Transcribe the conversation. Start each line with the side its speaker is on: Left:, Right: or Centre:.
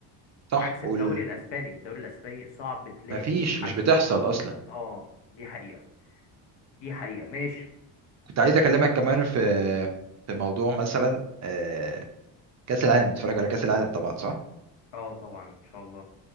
Right: صح
Left: عكس
Right: وال...
Left: الدوري الأسباني الدوري الأسباني صعب تلاقي
Right: مفيش
Left: حد
Right: مش بتحصل اصلا
Left: آه دي حقيقة دي حقيقة ماشي
Right: كنت عايز اكلمك
Left: قول
Right: كمان في في موضوع مثلا آه، كاس العالم بتتفرج على كاس العالم طبعا صح
Left: آه طبعا إن شاء الله